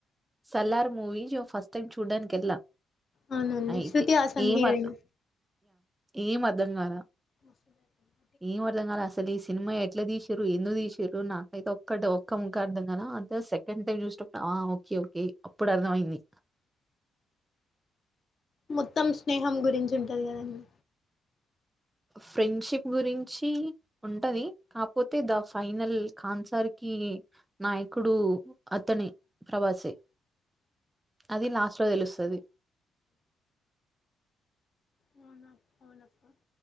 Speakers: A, on the right; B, on the left.
A: సల్లార్ మూవీ జో ఫస్ట్ టైమ్ చూడ్డానికెళ్ళ
B: అవునండి
A: అయితే
B: శృతి హాసన్
A: ఎం
B: హీరోయిన్
A: అత్ ఏం అర్ధంగాల
B: <inaudible>
A: ఏం అర్ధంగాల అసలు, ఈ సినిమా ఎట్ల దీసిరు, ఎందుకు దీసిరు, నాకైతే ఒక్కటి ఒక్క ముక్క అర్ధంగాల. అంతా సెకండ్ టైమ్ చూసినపుడు, ఆ ఓకె ఓకె అప్పుడు అర్థం అయింది.
B: మొత్తం స్నేహం గురించి ఉంటదిగదండి!
A: ఫ్రెండ్షిప్ గురించి ఉంటదీ, కాపోతే ద ఫైనల్ కాన్సర్ కీ నాయకుడు అతనే ప్రభాసే. అది లాస్ట్ లో తెలుస్తది.
B: అవునా అ అవునక్క.